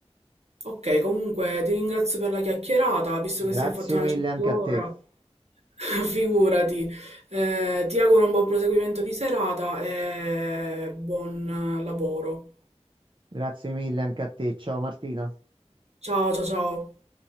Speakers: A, on the right; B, on the right.
A: Ok, comunque ti ringrazio per la chiacchierata, visto
B: Grazie
A: che si è fatta una
B: mille
A: certa
B: anche
A: ora,
B: a te.
A: <laughs> figurati. Eh, ti auguro un buon proseguimento di serata e buon eh, lavoro.
B: Grazie mille anche a te. Ciao Martina.
A: Ciao, ciao, ciao.